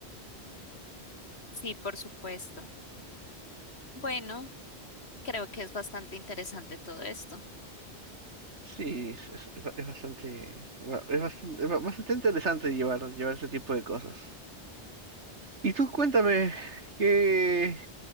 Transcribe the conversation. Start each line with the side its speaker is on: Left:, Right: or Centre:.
Left: Sí, por supuesto. Bueno, creo que es bastante interesante todo esto.
Right: Sí, es, es ba- es bastante, ba- es bastante, ba- bastante interesante llevar, llevar ese tipo de cosas. Y tú cuéntame, ¿qué,